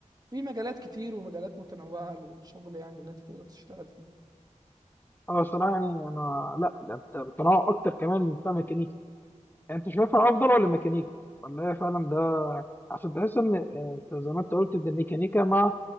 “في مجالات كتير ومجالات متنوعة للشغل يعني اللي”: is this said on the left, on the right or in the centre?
Right